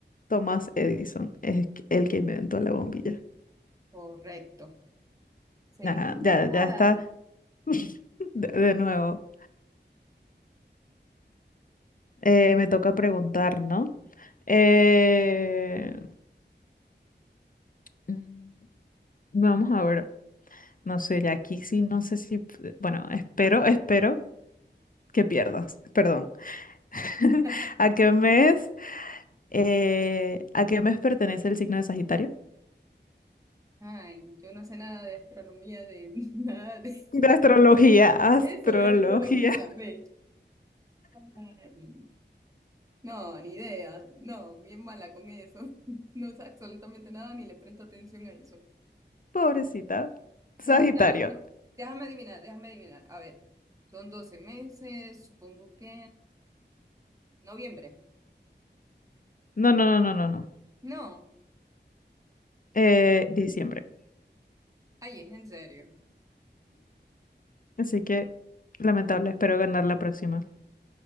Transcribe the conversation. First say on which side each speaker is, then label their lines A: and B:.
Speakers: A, on the left; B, on the right.
A: Tomás Edison es el que inventó la bombilla.
B: Correcto. Seguimos
A: Ajá,
B: empatadas.
A: ya, ya está. <laughs> De, de nuevo. Eh, me toca preguntar, ¿no? Eh, mm, vamos a ver. No sé, ya aquí sí, no sé si. p- Bueno, espero, espero que pierdas. Perdón. <laughs>
B: <laughs>
A: ¿A qué mes? eh, ¿a qué mes pertenece el signo de Sagitario?
B: Ay, yo no sé nada de astronomía, de <laughs> nada de
A: De astrología, astrología.
B: eso, de astrología,
A: <laughs>
B: ve. Ay, No, ni idea. No, bien mala con eso. <laughs> No sé absolutamente nada ni le presto atención a eso.
A: Pobrecita.
B: Sagitario,
A: Sagitario.
B: no, déjame adivinar, déjame adivinar. A ver, son 12 meses, supongo que noviembre.
A: No, no, no, no, no, no.
B: No,
A: Eh, diciembre.
B: ahí es en serio.
A: Así que, lamentable, espero ganar la próxima.